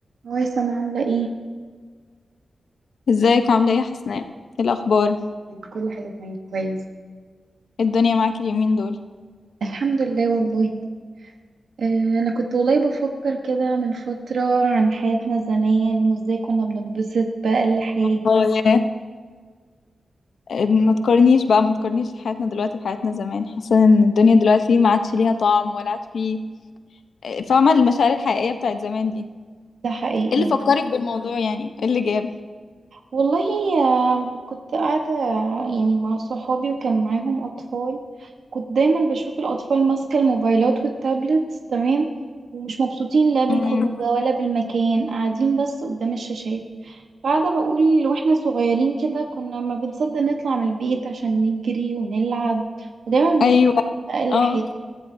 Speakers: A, on the right (about 80°); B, on the left (about 85°).
A: هاي سما عاملة ايه؟
B: ازيك عاملة ايه يا حسناء ايه الأخبار
A: كل حاجة تمام كويس
B: ايه الدنيا معاك اليومين دول
A: الحمد لله والله آه، أنا كنت والله بفكر كده من فترة عن حياتنا زمان وازاي كنا بنتبسط بأقل حاجة
B: والله وما تقارنيش بقى ما تقارنيش حياتنا دلوقتي بحياتنا زمان حاسة ان الدنيا دلوقتي ما عادش ليها طعم ولا عاد في فاهمة المشاعر الحقيقية بتاعت زمان دي ايه
A: ده حقيقي
B: اللي فكرك بالموضوع يعني ايه اللي جاب
A: والله آه، كنت قاعدة يعني مع صحابي وكان معاهم أطفال كنت دايما بشوف الأطفال ماسكة الموبايلات والتابلتس تمام ومش مبسوطين لا بالخروجة
B: مم.
A: ولا بالمكان قاعدين بس قدام الشاشات قاعدة بقول واحنا صغيرين كده كنا ما بنصدق نطلع من البيت عشان نجري ونلعب ودايما بنستنى
B: ايوه
A: أقل
B: اه
A: حاجة